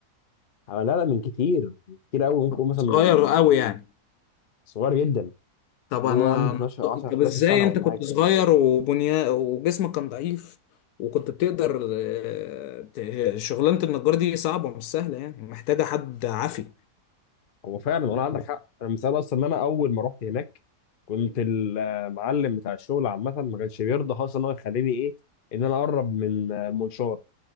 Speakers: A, on the left (about 45°); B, on the left (about 75°).
A: أنا- لا لا من كتير من كتير قوي ممكن
B: كنت
A: اقول مثلا
B: صغير
A: من
B: قوي يعني
A: صغير جدا
B: طب
A: الموضوع
B: انا
A: عندي 12 10 11
B: طب ازاي
A: سنه
B: انت
A: ولا
B: كنت
A: حاجه
B: صغير وبنيا وجسمك كان ضعيف وكنت بتقدر آه، ت- شغلانة النجار دي صعبة مش سهلة يعني محتاجة حد عافي
A: هو فعلا والله عندك حق انا مثال اصلا ان انا اول ما رحت هناك كنت المعلم بتاع الشغل عامه ما كانش بيرضى خالص ان هو يخليني ايه ان انا اقرب من المنشار